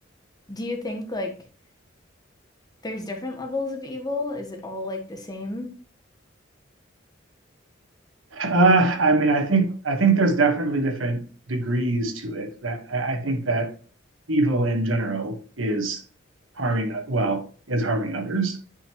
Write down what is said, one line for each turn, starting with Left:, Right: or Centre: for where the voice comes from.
Left: Do you think like there's different levels of evil? Is it all like the same?
Right: Uh, I mean, I think I think there's definitely different degrees to it. That I, I think that evil in general is harming well is harming others